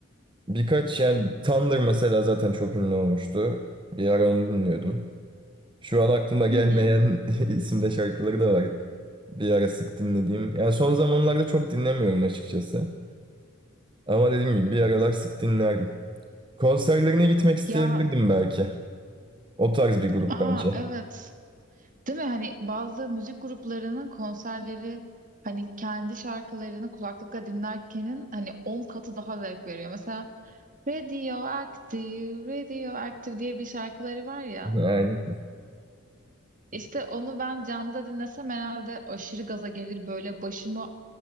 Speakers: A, on the right (about 25°); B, on the right (about 40°).
A: Birkaç yani Thunder mesela zaten çok ünlü olmuştu. Bir ara onu dinliyordum. Şu an aklıma gelmeyen
B: Hı hı.
A: <laughs> isimde şarkıları da var. Bir ara sık dinlediğim. Yani son zamanlarda çok dinlemiyorum açıkçası. Ama dediğim gibi bir aralar sık dinlerdim. Konserlerine gitmek isteyebilirdim
B: Ya,
A: belki. O tarz bir grup
B: aa
A: bence.
B: evet. Değil mi? Hani bazı müzik gruplarının konserleri hani kendi şarkılarını kulaklıkla dinlerkenin hani 10 katı daha zevk veriyor. Mesela Radioactive, Radioactive diye bir şarkıları var ya.
A: Yani
B: İşte onu ben canlıda dinlesem herhalde aşırı gaza gelir böyle başımı